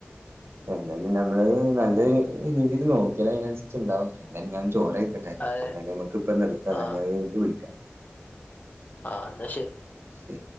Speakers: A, on the right (about 85°); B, on the left (about 45°).
A: എന്തായാലും നമ്മള് നല്ല രീതിൽ നോക്കിയാല് അതിനനുസരിച്ച് ഉണ്ടാവും എന്തായാലും ഞാൻ ചോറ് കയിക്കട്ടെ
B: അത്
A: എന്തായാലും നമ്മക്ക് ഇപ്പ നിർത്താ
B: ആ
A: ഞാന് അത് കഴിഞ്ഞട്ട് വിളിക്കാം
B: ആ എന്നാ ശെരി
A: ശരി